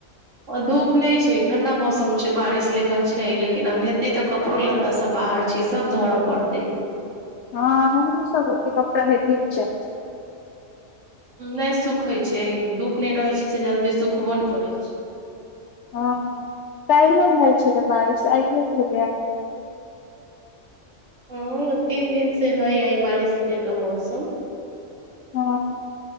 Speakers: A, on the right; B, on the left.
A: धूप नहि छै ठंडा मौसम छै बारिश लेखा छै लेकिन आब हेतै तऽ क कपड़ों लत्ता सब बाहर छै सब धरय पड़ते
B: हँ हमरो सब के कपड़ा हे भीज जात
A: नहि सुखै छै धूप नहि रहै छै से जल्दी सुखबो नहि करै छै
B: हँ काल्हियो भेल छलए बारिश आइयो भेलैए
A: हँ तीन दिन से हैइ आइ बारिश जेका मौसम
B: हँ